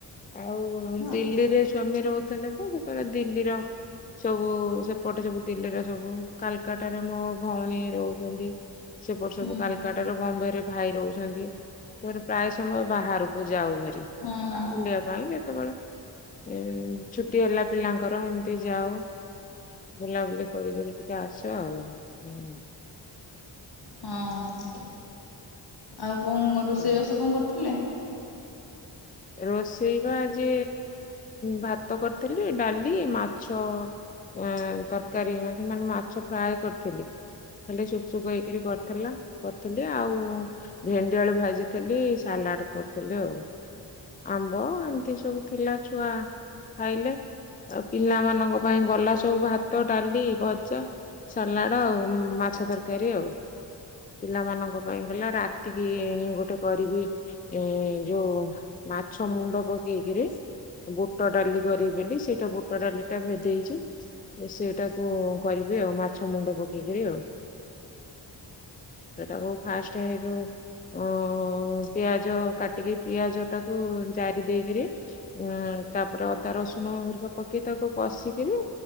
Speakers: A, on the left; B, on the left.
A: ଆଉ
B: ହୁଁ।
A: ଦିଲ୍ଲୀରେ ସ୍ଵାମୀ ରହୁଥିଲେ ତ ସେତେବେଳେ ଦିଲ୍ଲୀର ସବୁ ସେପଟେ ସବୁ ଦିଲ୍ଲୀରେ ସବୁ କାଲ୍କାଟାରେ ମୋ ଭଉଣୀ ରହୁଛନ୍ତି। ସେପଟେ ସବୁ
B: ହଁ ହଁ।
A: କାଲକାଟାରେ ବମ୍ବେ ରେ ଭାଇ ରହୁଛନ୍ତି। କୁଆଡେ ପ୍ରାୟ ସମୟ ବାହାରକୁ ଯାଉ ଭାରି
B: ହଁ
A: ବୁଲିବା ପାଇଁ କେତେବଳେ ଏ ଛୁଟି ହେଲା ପିଲାଙ୍କର ଏମତି ଯାଉ। ବୁଲାବୁଲି କରି କରି ଟିକେ ଆସ ଆଉ ହୁଁ।
B: ହଁ, ଆଉ କଣ ରୋଷେଇ
A: ହୁଁ।
B: ବାସ କଣ କରୁଥିଲେ?
A: ରୋଷେଇ ବା ଆଜି ଭାତ କରିଥିଲି ଡାଲି, ମାଛ। ଆଁ ତରକାରୀ ମାନେ ମାଛ ଫ୍ରାଏ କରିଥିଲି। ଖାଲି ସୁଖ ସୁୁଖ ହେଇକରି କରିଥିଲା କରିଥିଲି ଆଉ। ଭେଣ୍ଡିଆଳୁ ଭାଜିଥିଲି ସାଲାଡ କରିଥିଲି ଆଉ। ଆମ୍ବ ଏମିତି ସବୁ ଥିଲା ଛୁଆ ଖାଇଲେ। ଆଉ ପିଲାମାନଙ୍କ ପାଇଁ ଗଲା ସବୁ ଭାତ, ଡାଲି, ଭଜା। ସାଲାଡ ଆଉ ମାଛ ତରକାରୀ ଆଉ। ପିଲାମାନଙ୍କ ପାଇଁ ଗଲା ରାତିକି ଗୋଟେ କରିବି ଏ ଯୋଉ ମାଛ ମୁଣ୍ଡ ପକେଇକିରି ବୁଟ ଡାଲି କରିବି ବେଲି ସେଇଟା ବୁଟ ଡାଲି ଟା ଭେଦେଇଛି। ଏ ସେଟାକୁ କରିବି ଆଉ ମାଛ ମୁଣ୍ଡ ପକେଇ କରି ଆଉ। ସେଟାକୁ ଫାଷ୍ଟ ହେଇଯୋଉ ଅ ପିଆଜ କାଟିକି ପିଆଜ ତାକୁ ଜାରି ଦେଇକିରି ଅଁ ତାପରେ ଅଦା ରସୁଣ ହେରିକା ପକେଇ ତାକୁ କଷିକିରି